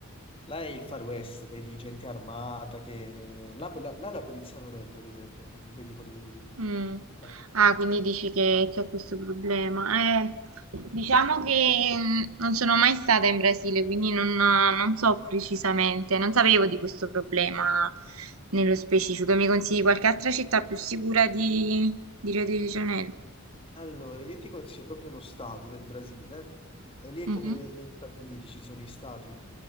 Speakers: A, on the left; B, on the right.
A: là è il Far West, vedi gente armata che... Là, là- là la polizia non entra, ad esempio, in quei vicoli
B: Mm.
A: particolari.
B: Ah, quindi dici che c'è questo problema. Eh, diciamo che mm, non sono mai stata in Brasile, quindi non, non so precisamente, non sapevo di questo problema nello specifico. Mi consigli qualche altra città più sicura di, di Rio de Janeiro?
A: Allora, io ti consiglio proprio uno stato del Brasile, e lì è
B: Mhm.
A: come negli Stati Uniti ci sono i stati,